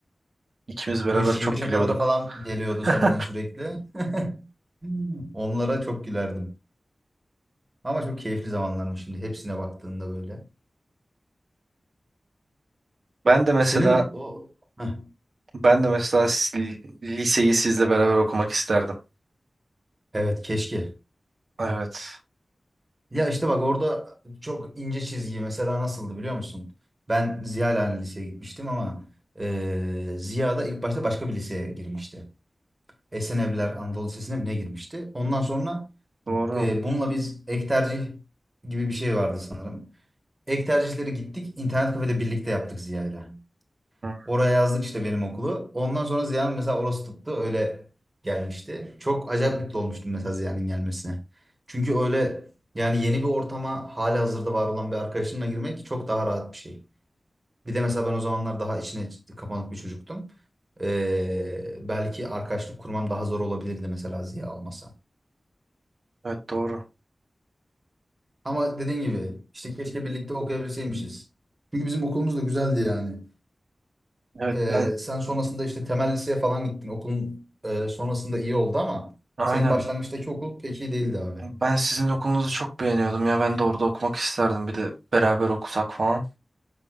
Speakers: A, on the right; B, on the right.
A: İkimiz beraber
B: Böyle şive
A: çok
B: şakaları
A: gülüyorduk.
B: falan geliyordu
A: <laughs>
B: senden sürekli. Hmm. Onlara çok gülerdim. Ama çok keyifli zamanlarmış şimdi hepsine baktığında böyle.
A: Ben de mesela
B: Senin o Heh,
A: ben de mesela s- liseyi sizle beraber okumak isterdim.
B: evet keşke.
A: Evet.
B: Ya işte bak orada çok ince çizgi mesela nasıldı biliyor musun? Ben Ziya ile aynı liseye gitmiştim ama eee Ziya da ilk başta başka bir liseye girmişti. Esenevler Anadolu Lisesi'ne mi ne girmişti? Ondan sonra
A: Doğru.
B: eee, bununla biz ek tercih gibi bir şey vardı sanırım. Ek tercihleri gittik internet kafede birlikte yaptık Ziya ile.
A: Hı,
B: Oraya yazdık işte benim okulu. Ondan sonra Ziya'nın mesela orası tuttu. Öyle gelmişti. Çok acayip mutlu olmuştum mesela Ziya'nın gelmesine. Çünkü öyle yani yeni bir ortama hali hazırda var olan bir arkadaşınla girmek çok daha rahat bir şey. Bir de mesela ben o zamanlar daha içine kapanık bir çocuktum. Ee, belki arkadaşlık kurmam daha zor olabilirdi mesela Ziya almasa.
A: Evet doğru.
B: Ama dediğin gibi işte keşke birlikte okuyabilseymişiz. Çünkü bizim okulumuz da güzeldi yani.
A: Evet
B: Ee,
A: ben
B: sen sonrasında işte temel liseye falan gittin. Okulun e, sonrasında iyi oldu ama
A: Aynen.
B: senin başlangıçtaki okul pek iyi değildi abi.
A: Ben sizin okulunuzu çok beğeniyordum ya. Ben de orada okumak isterdim. Bir de beraber okusak falan.